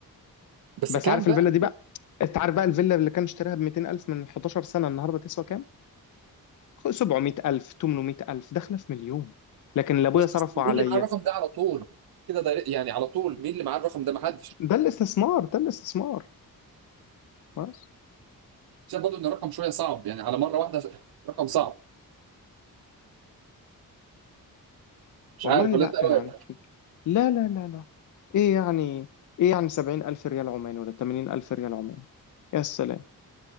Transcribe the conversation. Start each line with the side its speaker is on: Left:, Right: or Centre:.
Right: بس
Left: بس
Right: كام
Left: عارف
Right: بقى
Left: الفيلا دي بقى انت عارف بقى الفيلا اللي كان اشتراها ب 200000 من 11 سنه النهارده تسوى كام 700000 800000 داخله في مليون لكن اللي ابويا
Right: ماشي
Left: صرفه
Right: بس مين
Left: عليا
Right: اللي معاه الرقم ده على طول كده ده يعني على طول مين اللي معاه الرقم ده محدش
Left: ده الاستثمار ده الاستثمار بس
Right: عشان برضه ان الرقم شويه صعب يعني على مره واحده رقم صعب مش
Left: والله
Right: عارف ولا
Left: لا
Right: انت إيه
Left: يعني
Right: رايك
Left: ك- لا لا لا لا ايه يعني ايه يعني سبعين ألف ريال عماني ولا تمانين ألف ريال عماني يا سلام